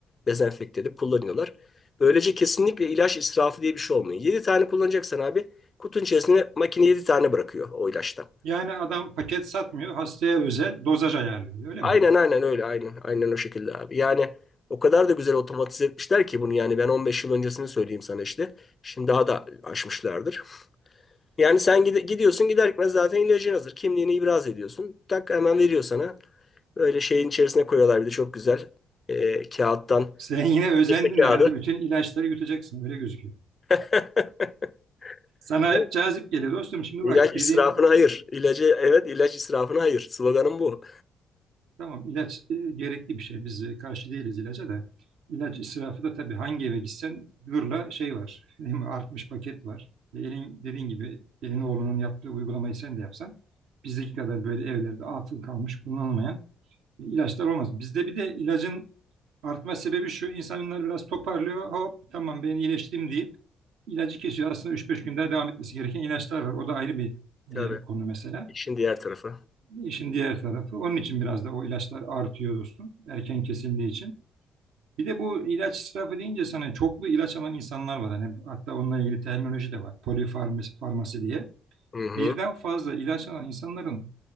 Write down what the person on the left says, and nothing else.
dezenfekte edip kullanıyorlar. Böylece kesinlikle ilaç israfı diye bir şey olmuyor. 7 tane kullanacaksan abi kutunun içerisine makine 7 tane bırakıyor o ilaçtan.
Aynen
aynen öyle aynen. Aynen o şekilde abi. Yani o kadar da güzel otomatize etmişler ki bunu yani ben 15 yıl öncesini söyleyeyim sana işte. Şimdi daha da aşmışlardır. Yani sen gide- gidiyorsun gider gitmez zaten ilacın hazır. Kimliğini ibraz ediyorsun. Tak hemen veriyor sana. Böyle şeyin içerisine koyuyorlar bir de çok güzel. Ee, kağıttan.
Kese kağıdı.
<laughs>
Yani
İlaç
israfına hayır. İlacı evet ilaç israfına hayır. Sloganım bu.
Tabii.
İşin diğer tarafı.
Hı hı.